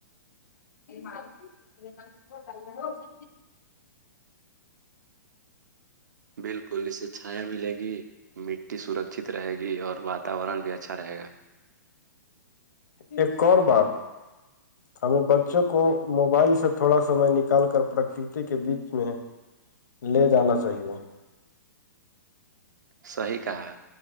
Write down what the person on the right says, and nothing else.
بالکل اسے چھایا ملے گی مٹی سرکچھت رہے گی اور واتاورن بھی اچھا رہے گا
صی کہا